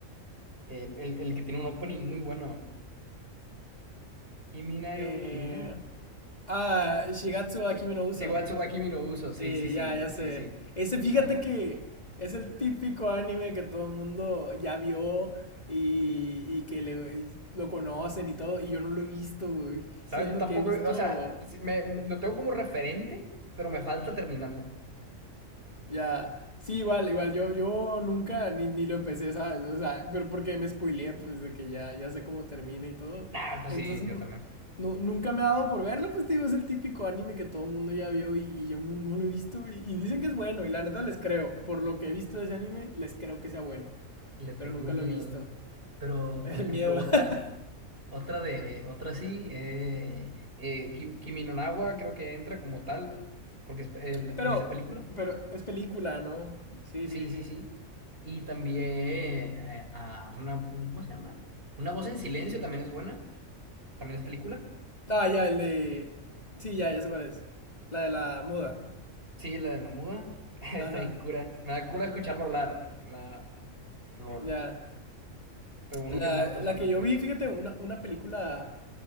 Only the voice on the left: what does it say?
Eh,
ah, Shigatsu Akimi no Uso.
Sí,
ya, ya sé.
Ese, fíjate
que es el típico anime que todo el mundo ya vio y, y que le- lo conocen y todo, y yo no lo he visto, güey. Siendo
que he visto
Ya. Sí, igual, igual. Yo, yo nunca ni, ni lo empecé, ¿sabes? O sea, pero porque me spoileé, pues de que ya, ya sé cómo termina y todo.
Entonces,
no,
no- nunca me ha dado por verlo, pues te digo, es el típico anime que todo el mundo ya vio y, y yo no, no lo he visto. Y, y dicen que es bueno, y la neta les creo. Por lo que he visto de ese anime, les creo que sea bueno.
Pero nunca
lo he visto.
<laughs> Le
da
miedo.
<laughs>
Pero,
pero es película, ¿no? Sí,
sí, sí.
Ah, ya, el de. Sí, ya, ya sé cuál es. La de la muda.
Ajá,
ya.
La,
la que yo
vi, fíjate, una, una película